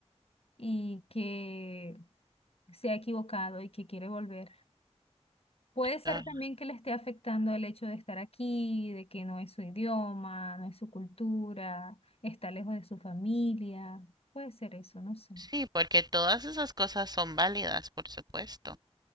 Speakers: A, on the left; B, on the right.
A: y que se ha equivocado y que quiere volver. Puede ser
B: Ah,
A: también que le esté afectando el hecho de estar aquí, de que no es su idioma, no es su cultura, está lejos de su familia. Puede ser eso, no sé.
B: sí, porque todas esas cosas son válidas, por supuesto.